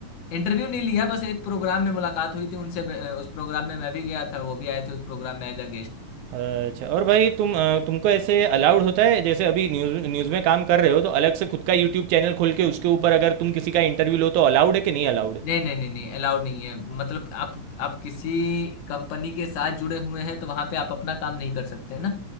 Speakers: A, on the left (about 70°); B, on the right (about 80°).
A: इंटरव्यू नहीं लिया बस एक प्रोग्राम में मुलाकात हुई थी उनसे अ, उस प्रोग्राम में मैं भी गया था वो भी आए थे उस प्रोग्राम में एज अ गेस्ट
B: अच्छा और भाई तुम अ, तुमको ऐसे अलाउड होता है जैसे अभी न्यूज़ न्यूज़ में काम कर रहे हो तो अलग से खुद का यूट्यूब चैनल खोल के उसके ऊपर अगर तुम किसी का इंटरव्यू लो तो अलाउड है कि नहीं अलाउड
A: नहीं नहीं नहीं नहीं अलाउड नहीं है मतलब आप आप किसी कंपनी के साथ जुड़े हुए हैं तो वहां पे आप अपना काम नहीं कर सकते ना